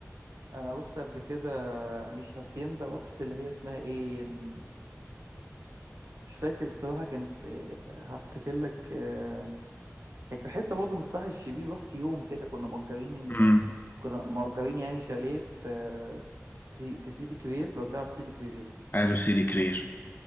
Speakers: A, on the right (about 65°); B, on the left (about 35°).
A: انا رحت قبل كده مش هاسيندا رحت اللي هي اسمها ايه م- مش فاكر الصراحة كان اس... إيه، هفتكر لك آه، هي كانت حتة برضه من الساحل الشرير رحت يوم كده كنا مأجرين ان
B: امم
A: كنا مأجرين يعني شاليه في آه، في في سيدي كرير لو تعرف سيدي كرير
B: عارف سيدي كرير